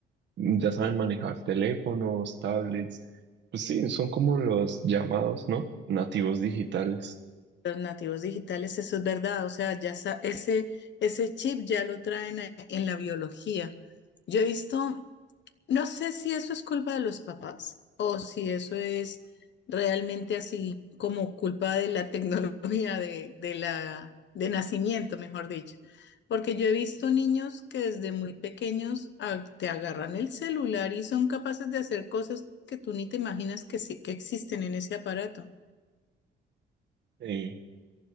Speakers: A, on the right (about 65°); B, on the left (about 65°).
A: ya saben manejar teléfonos, tablets, pues sí, son como los llamados, ¿no? Nativos digitales.
B: Los nativos digitales, eso es verdad, o sea, ya sa- ese, ese chip ya lo traen a- en la biología. Yo he visto No sé si eso es culpa de los papás o si eso es realmente así como culpa de la <laughs> tecnología de, de la, de nacimiento, mejor dicho. Porque yo he visto niños que desde muy pequeños a- te agarran el celular y son capaces de hacer cosas que tú ni te imaginas que, sí- que existen en ese aparato.
A: Eh,